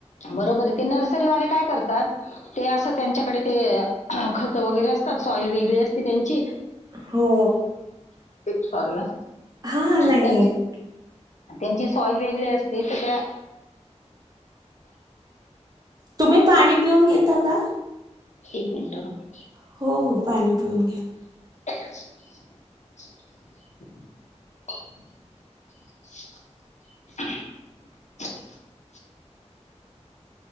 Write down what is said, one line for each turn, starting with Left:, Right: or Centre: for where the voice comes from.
Left: बरोबर, ते नर्सरीवाले काय करत तर ते असं त्यांच्याकडे ते खत वगैरे असतात, सॉईल वेगळी असते त्यांची
Right: हो.
Left: सॉरी हं.
Right: हा हा नाही
Left: त्यांचीं,
Right: नाही
Left: त्यांची सॉईल वेगळी असते तर त्या <inaudible>
Right: तुम्ही पाणी पिऊन घेता का?
Left: एक मिटं हं
Right: हो हो, पाणी पिऊन घ्या.
Left: <unintelligible> <inaudible>